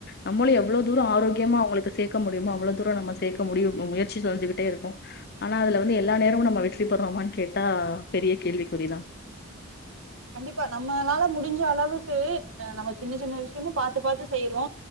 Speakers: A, on the left; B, on the right.
A: நம்மளும் எவ்வளோ தரம் ஆரோக்கியமா அவங்களுக்கு சேர்க்க முடியமோ அவ்வளோ தூரம் நம்ம சே்க முடியு முயற்சி செஞ்சுக்கிட்டே இருக்கு ஆனா அது வந்து எல்லா நேரமு நம்ம ப்பர்றமான்னு கேட்டா பெரிய கேள்விக்குறிதா
B: கண்டிப்பா நம்மளால முடிஞ்ச அளவுக்கு நம்ம சின்ன சின்ன விஷ்யமு பாத்து பாத்து செய்யறோ